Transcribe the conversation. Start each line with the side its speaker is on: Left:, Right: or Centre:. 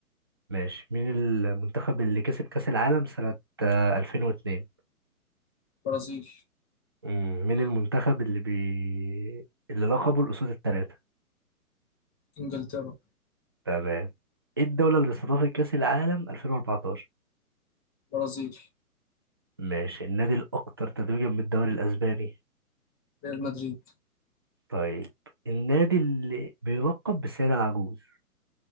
Right: ماشي مين المنتخب اللي كسب كاس العالم سنة آه، 2002
Left: برازيل
Right: امم مين المنتخب اللي بي... اللي لقبه الأسود الثلاثة
Left: إنجلترا
Right: تمام ايه الدولة اللي استضافت كأس العالم 2014
Left: برازيل
Right: ماشي النادي الأكثر تتويجا بالدوري الأسباني
Left: ريال مدريد
Right: طيب النادي اللي بيلقب بالسيدة العجوز